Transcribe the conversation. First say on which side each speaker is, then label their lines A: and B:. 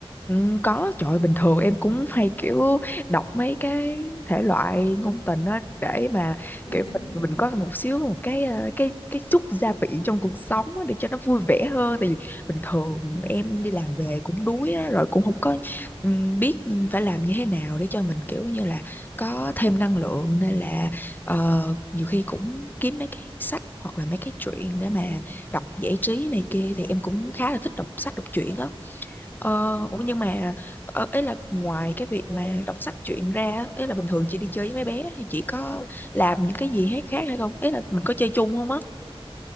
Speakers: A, on the left; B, on the left.
A: Ừ, có trời ơi, bình thường em cũng hay kiểu đọc mấy cái thể loại ngôn tình á để mà
B: <laughs>
A: kiểu mình, mình có một xíu một cái ờ, cái cái chút gia vị trong cuộc sống á, để cho nó vui vẻ hơn tại vì bình thường em đi làm về cũng đuối á, rồi cũng không có ừm, biết phải làm như thế nào để cho mình kiểu như là có thêm năng lượng nên là ờ, nhiều khi cũng kiếm mấy cái sách hoặc là mấy cái truyện để mà
B: ừ
A: đọc giải trí này kia thì em cũng khá là thích đọc sách đọc truyện á Ờ,
B: ừ
A: ủa nhưng mà ờ, ấy là ngoài cái việc mà đọc sách truyện ra á, ấy là bình thường chị đi chơi với mấy bé thì chị có làm những cái gì hết khác hay không? Ấy là mình có chơi chung không á?